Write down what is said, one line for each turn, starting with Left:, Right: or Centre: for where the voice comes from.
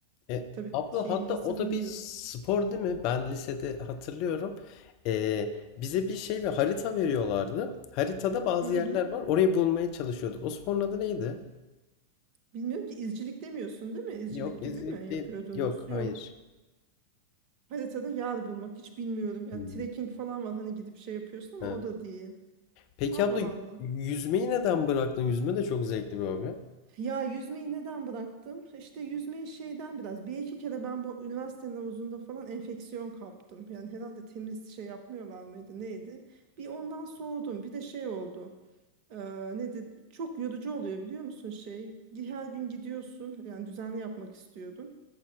Left: E,
Right: Tabii
Left: abla
Right: şeyin
Left: hatta
Right: nasıl
Left: o da
Right: bilmiyorum.
Left: bir spor değil mi? Ben lisede hatırlıyorum. E, bize bir şey ve harita veriyorlardı. Haritada bazı
Right: Hı
Left: yerler
Right: hı.
Left: var. Orayı bulmaya çalışıyorduk. O sporun adı neydi?
Right: Bilmiyorum ki izcilik demiyorsun değil mi? İzcilik
Left: Yok izcilik
Right: gibi mi yapıyordunuz?
Left: değil. Yok
Right: Yok.
Left: hayır.
Right: Haritada yer bulmak hiç bilmiyorum ya.
Left: Hı hı.
Right: Trekking falan var hani gidip şey yapıyorsun ama
Left: Ha.
Right: o da değil.
Left: Peki
Right: Allah
Left: abla
Right: Allah.
Left: yüzmeyi neden bıraktın? Yüzme de çok zevkli bir hobi.
Right: Ya yüzmeyi neden bıraktım? İşte yüzmeyi şeyden biraz bir iki kere ben bu üniversitenin havuzunda falan enfeksiyon kaptım. Yani herhalde temiz şey yapmıyorlar mıydı neydi? Bir ondan soğudum. Bir de şey oldu. Ee, nedir? Çok yorucu oluyor biliyor musun şey? Her gün gidiyorsun. Yani düzenli yapmak istiyordum.